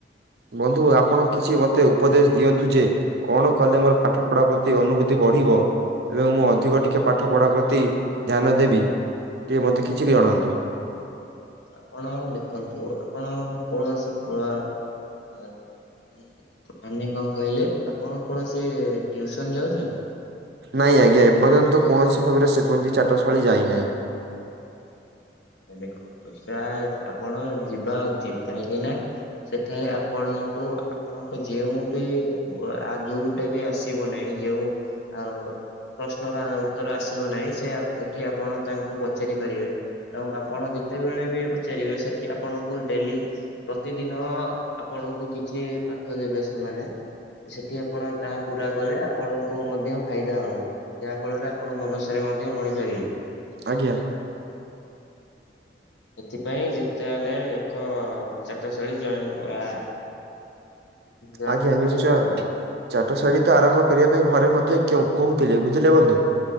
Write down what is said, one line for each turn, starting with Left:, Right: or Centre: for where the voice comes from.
Right: ବନ୍ଧୁ ଆପଣ କିଛି ମତେ ଉପଦେଶ ଦିଅନ୍ତୁ ଯେ କଣ କଲେ ମୋର ପାଠ ପଢା ପ ତି ଅନୁଭୂତି ବଢିବ ଏବଂ ମୁଁ ଅଧିକ ଟିକେ ପାଠ ପଢା ପ୍ରତି ଧ୍ୟାନ ଦେବି। ଟିକେ, ମତେ କିଛି ବି ଜଣାନ୍ତୁ।
Left: ଆପଣ ଦେଖନ୍ତୁ ଆପଣ କୌଣସି ପ ମାନେ କଣ କହିଲେ ଆପଣ କୌଣସି ଟୁସନ ଯାଉଛନ୍ତି?
Right: ନାଇଁ ଆଜ୍ଞା ଏପର୍ଯ୍ୟନ୍ତ କୌଣସି ଭାବରେ ସେପତି ଚାଟଶାଳୀ ଯାଇନାହିଁ। <inaudible>
Left: ଦେଖନ୍ତୁ ସେ ଆପଣ ଯିବା ଉଚିତ କାହିଁକି ନା, ସେଠାରେ ଆପଣଙ୍କୁ ଆପଣଙ୍କ ଯେଉଁ ବି ଯୋଉଟା ବି ଆସିବ ନାହିଁ ଯେଉଁ ଆଉ ପ୍ରଶ୍ନର ଆ ଉତ୍ତର ଆସିବ ନାହିଁ, ସେ ଆପ ଏଠି ଆପଣ ତାଙ୍କୁ ପଚାରି ପାରିବେ ଏବଂ ଆପଣ ଯେତେବେଳେ ବି ପଚାରିବେ, ସେଠି ଆପଣଙ୍କୁ ଡେଲି ପ୍ରତିଦିନ ଆପଣ ଙ୍କୁ କିଛି ପାଠ ଦେବେ ସେମାନେ, ସେଠି ଆପଣ ତାହା ପୁରା କଲେ, ଆପଣଙ୍କୁ ମଧ୍ୟ ଫାଇଦା ହବ ଯାହା ଫଳରେ ଆପଣ ଭଲ <unintelligible> <unintelligible> ପାରିବେ
Right: ଆଜ୍ଞା।
Left: ଏଥିପାଇଁ ଯେତେ ହେଲେ, ଏକ ଚାଟଶୈଳୀ ଜଏନ କ ଆ ଚାଟଶାଳୀ
Right: ଆଜ୍ଞା! ନିଶ୍ଚୟ
Left: ଯାଆନ୍ତୁ।
Right: ଚାଟଶାଳୀ ତ ଆରମ୍ଭ କରିବା ପାଇଁ ଘରେ ମଧ୍ୟ କେଉଁ କୋଉ <unintelligible> ବୁଝିଲେ ବନ୍ଧୁ।